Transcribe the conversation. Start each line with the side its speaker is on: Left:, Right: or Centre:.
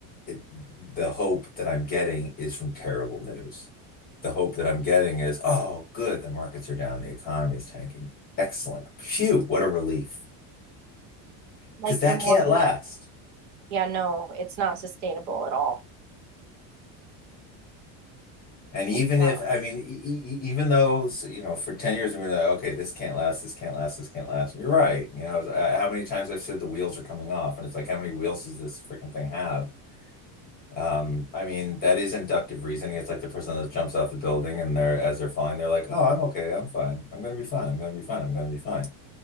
Left: it, the hope that I'm getting is from terrible news. The hope that I'm getting is, oh, good, the markets are down, the economy is tanking. Excellent. Phew, what a relief.
Right: like
Left: Because that
Right: the more
Left: can't
Right: they're
Left: last.
Right: Yeah, no, it's not sustainable at all.
Left: And even
Right: It's not.
Left: if, I mean, e e e- even though, so, you know, for 10 years, we were like, okay, this can't last, this can't last, this can't last. And you're right. You know, uh, how many times I've said the wheels are coming off, and it's like, how many wheels does this freaking thing have? Um, I mean, that is inductive reasoning. It's like the person that jumps off the building and they're, as they're falling, they're like, oh, I'm okay, I'm fine. I'm gonna be fine. I'm gonna be fine. I'm gonna be fine.